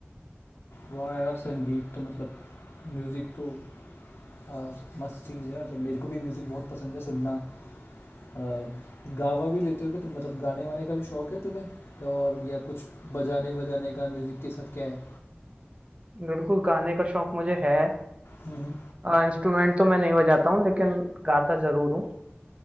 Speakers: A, on the left; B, on the right.
A: वाह यार संगीत तो मतलब म्यूज़िक तो आ, मस्त चीज़ है मतलब मेरे को भी म्यूज़िक बहुत पसंद है सुनना आ, गावा भी लेते हो क्या तुम मतलब गाने वाने का भी शौक है तुम्हें और या कुछ बजाने वजाने का म्यूज़िक के साथ क्या है
B: बिल्कुल गाने का शौक मुझे है
A: हम्म
B: अ, इंस्ट्रूमेंट तो मैं नहीं बजाता हूँ लेकिन गाता ज़रूर हूँ